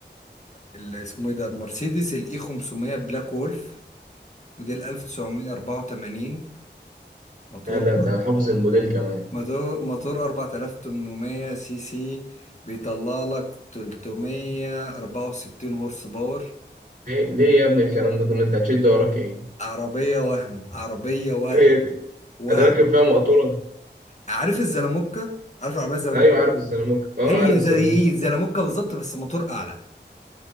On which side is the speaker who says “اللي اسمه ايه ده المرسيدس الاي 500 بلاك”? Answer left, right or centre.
Left